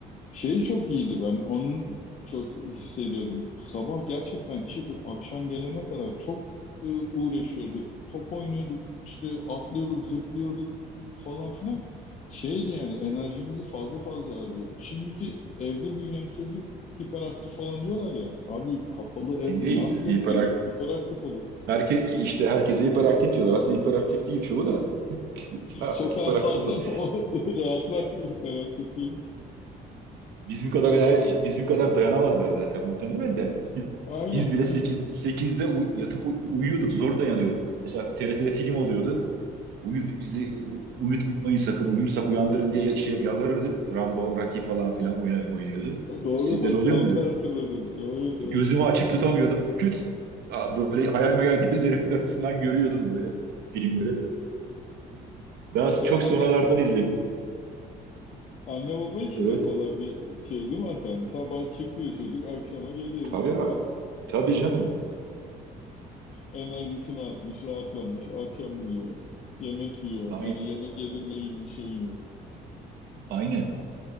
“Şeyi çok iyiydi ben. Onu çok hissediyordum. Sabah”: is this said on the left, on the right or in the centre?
Left